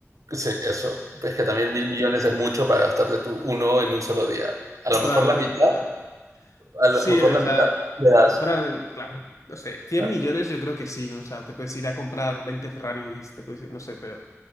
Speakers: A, on the right (about 80°); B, on the left (about 75°).
A: sí, eso. Es que también mil millones es mucho para gastarte tú uno en un solo día. A lo
B: Claro,
A: mejor la mitad,
B: claro.
A: a
B: Sí,
A: lo mejor
B: o
A: la
B: sea,
A: mitad le das.
B: si fueran, claro, no sé, cien
A: Ah,
B: millones yo creo que sí, ¿no? O sea, te puedes ir a comprar 20 Ferraris, te puedes ir, no sé, pero...